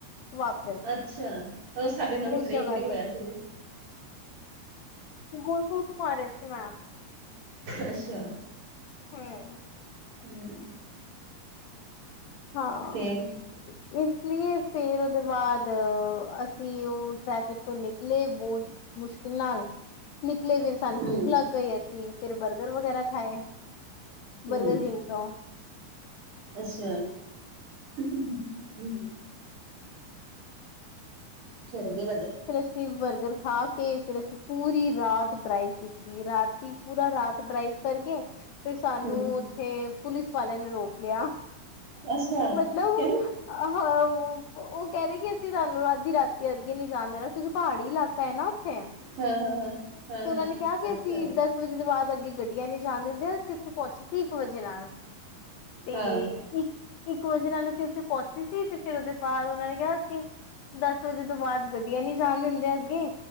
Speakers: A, on the left; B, on the right.
A: ਵਾਪਿਸ।
B: ਅੱਛਾ, ਉਹ ਸਾਡੇ ਨਾਲ ਵੀ
A: ਉਸ
B: ਤਰੇਈ
A: ਜਗ੍ਹਾ
B: ਪੁਰੀ ਹੋਇਆ
A: ਤੇ
B: ਸੀ ਜੇ
A: ਗੋਲ-ਗੋਲ ਘੁਮਾ ਰਿਹਾ ਸੀ ਮੈਪ।
B: ਅੱਛਾ
A: ਹਾਂ
B: ਹੂੰ
A: ਹਾਂ
B: ਫੇਰ
A: ਇਸ ਲੀਏ ਫੇਰ ਉਹਦੇ ਬਾਅਦ ਅਸੀ ਉਹ ਟ੍ਰੈਫਿਕ ਤੋ ਨਿਕਲੇ ਬਹੁਤ ਮੁਸ਼ਕਿਲ ਨਾਲ ਨਿਕਲੇ ਫਿਰ ਸਾਨੂੰ
B: ਹੂੰ
A: ਭੁੱਖ ਲੱਗ ਗਈ ਅਸੀ ਫਿਰ ਬਰਗਰ ਵਗੈਰਾ ਖਾਏ,
B: ਹੂੰ
A: ਬਰਗਰ ਕਿੰਗ ਤੋ।
B: ਅੱਛਾ ਹੂੰ ਫਿਰ ਅੱਗੇ ਵਧੇ।
A: ਫਿਰ ਅਸੀ ਬਰਗਰ ਖਾ ਕੇ ਫਿਰ ਅਸੀ ਪੂਰੀ ਰਾਤ ਡਰਾਈਵ ਕੀਤੀ। ਕੀਤੀ ਰਾਤੀ ਪੂਰਾ ਰਾਤ ਡਰਾਈਵ ਕਰਕੇ ਫਿਰ ਸਾਨੂੰ
B: ਹੂੰ
A: ਉਥੇ ਪੁਲਿਸ ਵਾਲਿਆਂ ਨੇ ਰੋਕ ਲਿਆ,
B: ਅੱਛਾ
A: ਮਤਲਬ
B: ਕਿਵੇਂ
A: ਹ ਉਹ ਕਹਿੰਦੇ ਕਿ ਅਸੀ ਤੁਹਾਨੂੰ ਅੱਧੀ ਰਾਤੀ ਅੱਗੇ ਨੀ ਜਾਣ ਦੇਣਾ ਕਿਉਕਿ ਪਹਾੜੀ ਇਲਾਕਾ ਹੈ ਨਾ ਉਥੇ,
B: ਹਾਂ ਹਾਂ ਹਾਂ ਹਾਂ
A: ਤੇ ਉਹਨਾਂ
B: ਹਾਂ
A: ਨੇ ਕਿਹਾ ਕਿ
B: ਅੱਛਾ
A: ਅਸੀ ਦੱਸ ਵਜੇ ਦੇ ਬਾਅਦ ਅੱਗੇ ਗੱਡੀਆਂ ਨੀ ਜਾਣ ਦਿੰਦੇ ਅਸੀ ਉਥੇ ਪਹੁੰਚੇ ਸੀ ਇਕ ਵਜੇ ਨਾਲ। ਤੇ
B: ਹਾਂ
A: ਇਕ ਇਕ ਵਜੇ ਨਾਲ ਅਸੀ ਉਥੇ ਪਹੁੰਚੇ ਸੀ ਤੇ ਫਿਰ ਉਹਦੇ ਬਾਅਦ ਉਹਨਾਂ ਨੇ ਕਿਹਾ ਸੀ ਦਸ ਵਜੇ ਤੋ ਬਾਅਦ ਗਡੀਆ ਨੀ ਜਾਣ ਦਿੰਦੇ ਅੱਗੇ,